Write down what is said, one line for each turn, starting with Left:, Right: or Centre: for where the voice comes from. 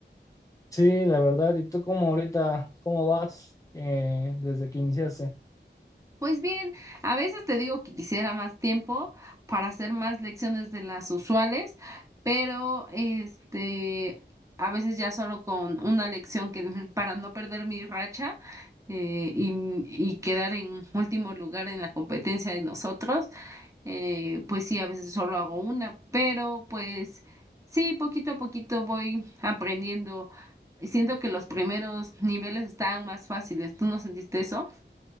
Left: Sí, la verdad, ¿y tú cómo ahorita, cómo vas eh, desde que iniciaste?
Right: Pues bien, a veces te digo que quisiera más tiempo para hacer más lecciones de las usuales, pero este, a veces ya solo con una lección que <laughs> para no perder mi racha eh, y, y quedar en último lugar en la competencia de nosotros, eh, pues sí, a veces solo hago una, pero pues sí, poquito a poquito voy aprendiendo. Siento que los primeros niveles estaban más fáciles. ¿Tú no sentiste eso?